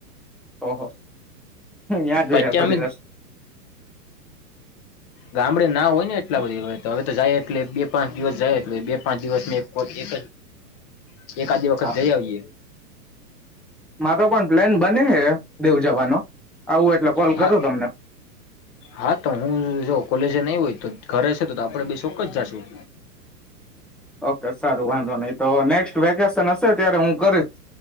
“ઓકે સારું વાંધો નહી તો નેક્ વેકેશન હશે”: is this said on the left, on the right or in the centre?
Centre